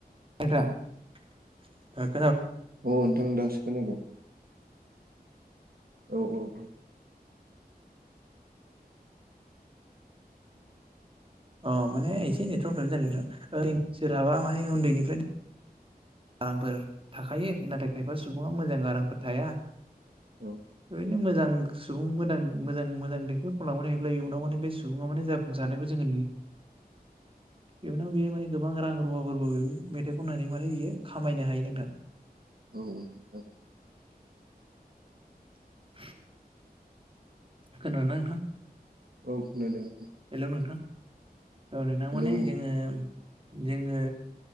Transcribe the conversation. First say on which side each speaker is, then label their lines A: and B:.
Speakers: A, on the right; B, on the right.
A: नोंथाङा ओ।
B: औ नोंथां दासो खोनादों। औ औ औ।
A: अ माने एसे नेटवर प्रब्लेम जादो नोथां ओ सोरहाबा माने उन्दैनिफ्राय। गारांफोर थाखायो नाथाय खायफा सुबुङा मोजां गारांफोर थाया।
B: औ।
A: बिनो मोजां सुबुंफोरा मोजां मोजां देंखोखौ खालामलांबाय थायोब्ला इयुनाव माने बे सुबुङा माने जाफुसारनायखौ जों।
B: <inaudible>
A: इयुनाव बियो माने गोबां रां रुवाफोरबो मेथाइ खननानै माने बियो खामायनो हायो नोंथां।
B: औ नोथां।
A: <inaudible> खोनादोंना नोंथां।
B: औ खोनादों।
A: हेलौ नोंथां औ नोंथां माने
B: औ
A: जोङो जोङो